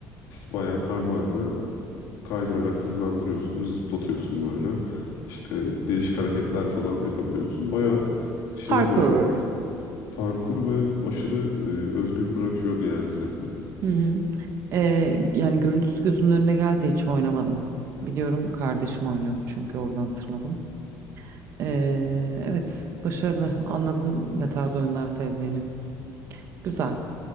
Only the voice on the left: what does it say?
işte bayağı parmağınla kaydırarak hızlandırıyorsun zıplatıyorsun böyle. İşte değişik hareketler falan yapabiliyorsun. Bayağı şey
bir oyundu. Parkur ve aşırı e, özgür bırakıyordu yani seni.